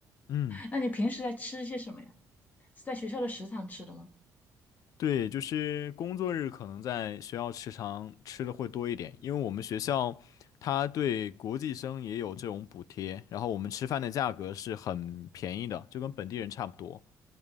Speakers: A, on the left (about 60°); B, on the left (about 25°).
A: 嗯。
B: 那你平时在吃些什么呀？是在学校的食堂吃的吗？
A: 对，就是工作日可能在学校食堂吃的会多一点，因为我们学校它对国际生也有这种补贴，然后我们吃饭的价格是很便宜的，就跟本地人差不多，